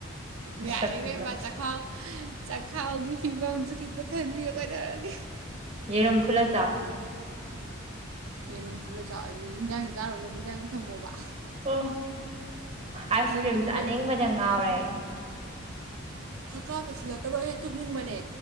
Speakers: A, on the right; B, on the right.
A: ꯃꯁꯛꯇꯨꯒ
B: ꯌꯥꯔ ꯕꯦꯝꯃꯥ ꯆꯈꯥꯎ ꯈꯥꯎꯒꯤ ꯐꯤꯕꯝꯁ ꯀꯤꯅ ꯈꯟꯕꯤꯌꯣ ꯀꯩꯗꯧꯔꯒꯦ
A: ꯌꯦꯔꯨꯝ ꯐꯨꯠꯂ ꯆꯥꯎ
B: ꯑꯦ ꯅꯨꯡꯊꯨꯜꯂ ꯆꯥꯎꯋ ꯑꯩꯗꯤ ꯍꯟꯖꯥꯡꯗ ꯆꯥꯔꯨ ꯂꯣ ꯍꯟꯖꯥꯡꯗ ꯊꯝꯃꯣꯕ
A: ꯑꯣ ꯑꯥꯏꯁ
B: ꯑꯗꯨꯒꯤ
A: ꯀ꯭ꯔꯤꯝ ꯆꯥꯅꯤꯡꯕꯅ
B: ꯃꯣꯏꯅ
A: ꯉꯥꯎꯔꯦ
B: ꯍꯛꯀꯥꯗꯁꯤꯜꯂꯛꯀ꯭ꯔꯣ ꯑꯩꯅ ꯇꯨꯞꯅꯤꯡꯕꯅꯦ